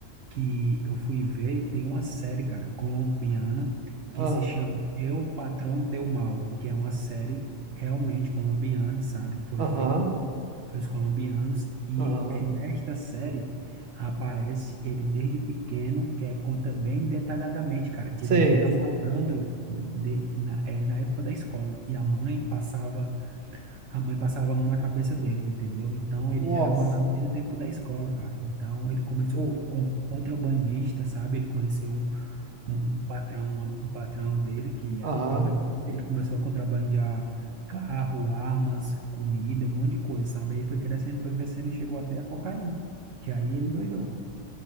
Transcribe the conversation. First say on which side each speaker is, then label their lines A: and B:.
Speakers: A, on the right; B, on the right.
A: que eu fui ver, tem uma série, cara, colombiana,
B: Ah,
A: que se chama Eu, Patrão del Mal, que é uma série realmente colombiana, sabe? Que foi
B: Aham,
A: feita pelos colombianos, e
B: aham,
A: é nesta série aparece ele desde pequeno, que é, conta bem detalhadamente, cara, que
B: sei.
A: ele já era malandro de, na, é, na época da escola, e a mãe passava a mãe passava a mão na cabeça dele, entendeu? Então ele
B: Nossa,
A: já era malandro desde o tempo da escola, cara. Então ele começou
B: uh,
A: como contrabandista, sabe? Ele conheceu um, um um patrão, um um patrão dele que
B: aham.
A: era contrabandista. Ele começou a contrabandear carro, armas, comida, um monte de coisa, sabe? Aí foi crescendo, foi crescendo e chegou até a cocaína, que aí ele endoidou.